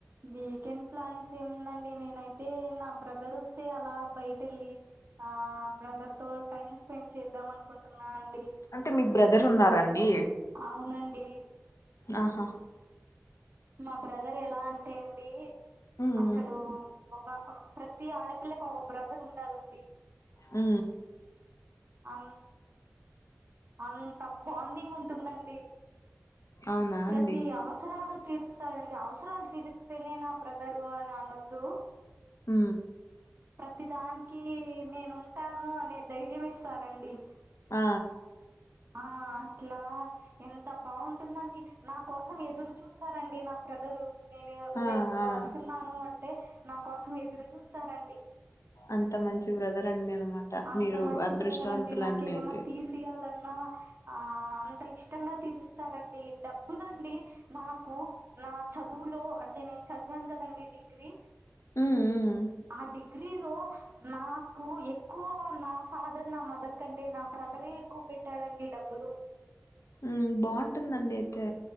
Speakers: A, on the right; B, on the left.
A: వీకెండ్ ప్లాన్స్ ఏముందండి నేనైతే నా బ్రదర్ ఒస్తే అలా బయటెవేళ్ళి ఆ బ్రదర్ తో టైమ్ స్పెండ్ చేద్దాం అనుకుంటున్నా అండి
B: అంటే మీక్ బ్రదర్ ఉన్నారండి
A: అవునండి
B: ఆహా
A: మా బ్రదర్ ఎలా అంటే అండి
B: ఉమ్
A: అసలు ఒక ప్రతి ఆడపిల్లకి ఒక బ్రదర్ ఉండాలండి
B: ఉ
A: అన్ అంత బాండింగ్ ఉంటుందండి
B: అవునా
A: ప్రతి
B: అండి
A: అవసరాలు తీరుస్తారండి అవసరాలు తీరిస్తేనే నా బ్రదరు అని అనొద్దు
B: ఉ
A: ప్రతి దానికి నేనుంటాను అనే ధైర్యం ఇస్తారండి
B: ఆ
A: ఆ అట్లా ఎంత బాగుంటుందండి నా కోసం ఎదురు చూస్తారండి నా బ్రదరు నేను
B: ఆ
A: రేపు వస్తున్నాను
B: ఆ
A: అంటే నా కోసం ఎదురు చూస్తారండి
B: అంత మంచి బ్రదర్ అండి
A: అంత
B: మీరు
A: మంచి
B: అదృష్టవంతులండి
A: బ్రదర్ అండి నాకేమన్నా
B: అయితే
A: తీసియాలన్నా ఆ అంత ఇష్టంగా తీసిస్తారండి డబ్బులండి నాకు నా చదువులో అంటే నేను చదివాను కదండి డిగ్రీ
B: ఉమ్ ఉమ్
A: ఆ డిగ్రీ లో నాకు ఎ క్కువ నా ఫాదర్ నా మదర్ కంటే నా బ్రదరే ఎక్కువ పెట్టాడండి డబ్బులు
B: ఉమ్ బాగుంటుందండి అయితే